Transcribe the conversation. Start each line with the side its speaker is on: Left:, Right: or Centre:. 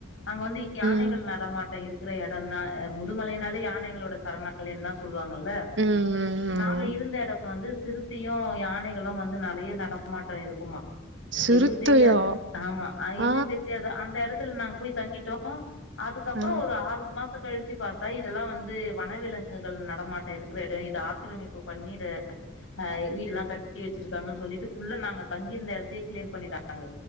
Left: அங்க வந்து யானைகள்
Right: ம்
Left: நடமாட்டோ இருக் க்குற எடந்தா அ முதுமலைன்னாலே யானைகளோட சரணாலயன்தா சொல்லுவாங் கல்லே
Right: ம் ம்
Left: நாங்க
Right: ம்
Left: இருந்த எடோ வந்து சிறுத்தயு யானைகளு வந்து நெறைய நடமாட்டோ இருக்குமா
Right: சிறுத்தையா
Left: எங்களுக் தெரியாது ஆமா அ
Right: ஆ
Left: எங்களுக் தெரியாது அந்த எடத்துல நாங்க போய் தங்கிட்டோ டோ அதுக்கப்பறோ
Right: ஆ
Left: ஒரு ஆறு மாசங் கழிச்சு பாத்தா இதெல்லா வந்து வனவிலங்குகள் நடமாட்ட இருக்கிற எடொ இத ஆக்கிரமிப்பு பண்ணி இத ஹ வீடுல்லா கட்டி வச்சிருக்காங்கன் சொல்லிட்டு ஃபுல்லா நாங்க தங்கியிருந்த எடத்தயே க்ளியர் பண்ணிட்டாங்க